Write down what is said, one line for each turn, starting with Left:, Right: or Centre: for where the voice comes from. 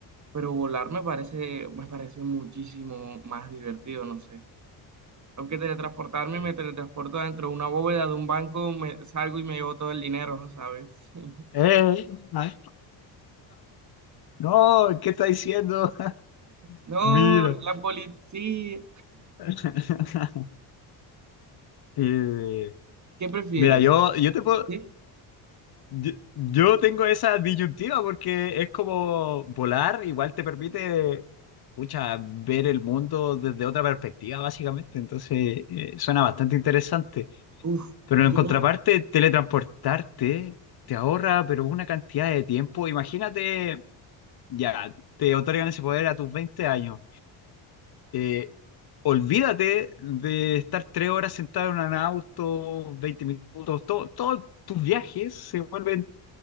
Right: pero volar me parece, me parece muchísimo más divertido, no sé. Aunque teletransportarme,
Left: Eh,
Right: me teletransporto dentro de una bóveda de un banco, me salgo y me llevo todo el dinero, ¿sabes? <laughs>
Left: eh, ah, no, ¿qué está diciendo? <laughs>
Right: No,
Left: Mira.
Right: la policía.
Left: <laughs> Eh,
Right: ¿Qué prefieres?
Left: mira, yo, yo te puedo,
Right: ¿Sí?
Left: Yo, yo tengo esa disyuntiva porque es como volar, igual te permite, pucha, ver el mundo desde otra perspectiva, básicamente. Entonces, eh, suena bastante interesante.
Right: Uf,
Left: Pero
Right: yo,
Left: en contraparte, teletransportarte te ahorra, pero una cantidad de tiempo. Imagínate, ya, te otorgan ese poder a tus 20 años. Eh, olvídate de estar tres horas sentado en un auto, 20 minutos, todo, todos tus viajes se vuelven